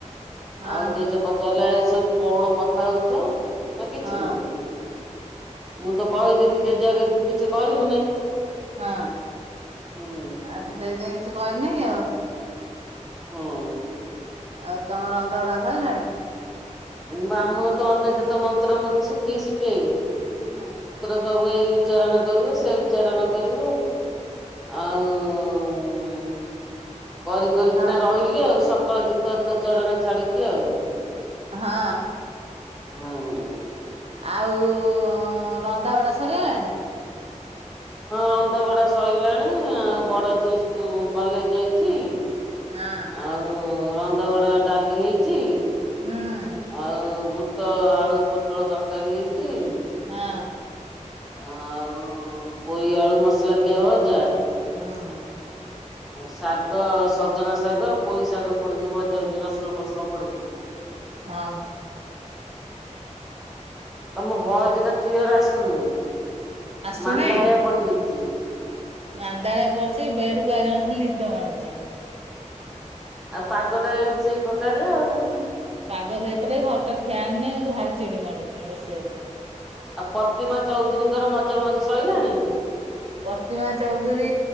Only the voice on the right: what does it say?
ହଁ
ହଁ
ହଁ
ଆ ସେଇଥିାଇ କିଛି କହିନି ଆଉ।
ଆଉ ତମର ଅନ୍ଧଗଡା ସଇିଲାଣି?
ହୁଁ।
ହଁ
ହଁ।
ଆଉ ଉ ରନ୍ଧାବଢଡା ସରିଗଲାଣି?
ହଁ
ହୁଁ
ହଁ।
ହଁ।
ହଁ।
ଆସୁନାହିଁ
ମାନ୍ଦାଳିଆ ପଡଚି ବେଡ କୁ ଆଇଣ ଖାଲି ନିଦ ମାଡୁଚି।
ପାଗ ସେଇପରି ଘରଟା ଫ୍ୟାନ ନେଇ ମତେ ଭାରି ଚିଡି ମାଡୁଛି ବସିବାକୁ।
ପ୍ରତିମା ଚୌଧୁରୀ